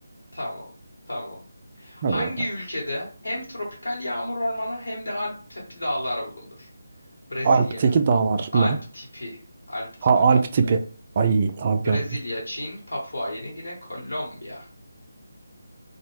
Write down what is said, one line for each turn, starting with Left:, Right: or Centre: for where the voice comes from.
Left: Tamam. Tamam.
Right: Hadi
Left: Hangi
Right: bakalım.
Left: ülkede hem tropikal yağmur ormanı hem de Alp tepi dağlar bulunur? Brezilya.
Right: Alp'teki dağlar
Left: Alp
Right: mı?
Left: tipi. Alp tipi.
Right: Ha Alp
Left: Alpler.
Right: tipi. Ay abi
Left: Brezilya,
Right: ya.
Left: Çin, Papua Yeni Gine, Kolombiya.